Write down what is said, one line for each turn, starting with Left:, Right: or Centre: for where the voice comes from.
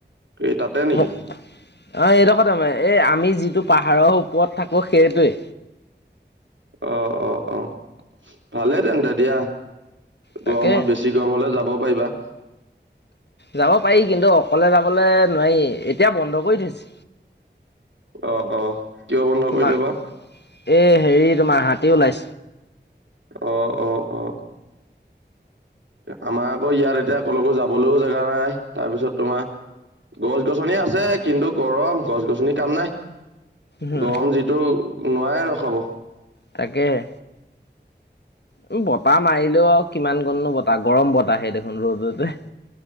Right: এই তাতে নেকি
Left: ম অ এইডখ। এই আমি যিটো পাহাৰৰ ওপৰত থাকো সেইটোৱে।
Right: অ- অ- অ ভালেই তেন্তে দিয়া।
Left: তাকে
Right: গৰমত বেছি গৰম হলে যাব পাৰিবা।
Left: যাব পাৰি কিন্তু অকলে যাবলৈ নোৱাৰি এতিয়া বন্ধ কৰি থৈছে।
Right: অ অ কিয় বন্ধ
Left: তোমাৰ
Right: কৰিলে বা
Left: এই হেৰি তোমাৰ হাত। তি লাইছ।
Right: অ অ- অ। আমাৰ আকৌ ইয়াত এতিয়া কলেকো যাবলৈও জেগা নাই তাৰপিছত তোমাৰ। গছ গছনি আছে কিন্তু গৰম গছ গছনি কাম নাই।
Left: হম
Right: গৰম যিটো নোৱাৰে ৰখাব।
Left: তাকেহে। উ বতাহ মাৰিলেও কিমান কণনো বতাহ গৰম বতাহাহেই দেখোন ৰ'দতে